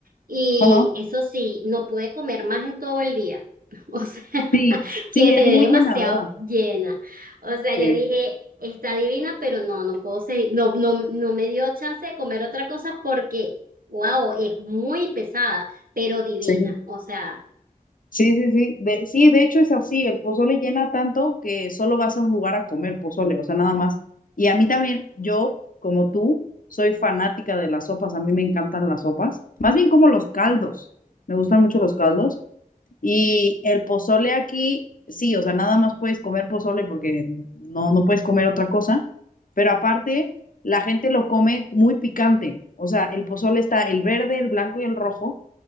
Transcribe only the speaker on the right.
y
eso sí, no pude comer más en todo el día, <laughs> o sea,
quedé
demasiado
llena, o sea,
yo dije... Está divina, pero no, no puedo seguir, no, no, no me dio chance de comer otra cosa porque Wow, es muy pesada, pero divina.
O sea,